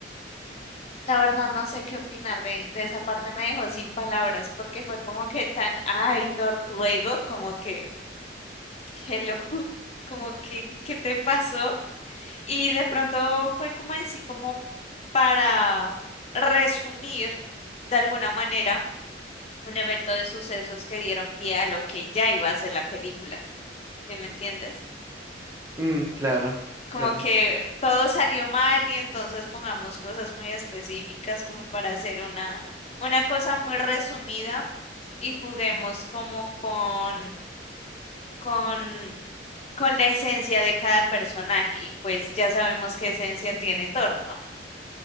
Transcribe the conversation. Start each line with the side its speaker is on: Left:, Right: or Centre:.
Left: la verdad no sé qué opinar de, de esa parte, me dejó sin palabras porque fue como que tan, ay, tortuego, como que, hello, <laughs> como que, ¿qué te pasó? Y de pronto fue como en sí, como para resumir de alguna manera. un evento de sucesos que dieron pie a lo que ya iba a ser la película. ¿Sí me entiendes?
Right: Mm, claro,
Left: Como
Right: claro.
Left: que todo salió mal y entonces pongamos cosas muy específicas como para hacer una, una cosa muy resumida y juguemos como con, con, con la esencia de cada personaje y pues ya sabemos qué esencia tiene Thor, ¿no?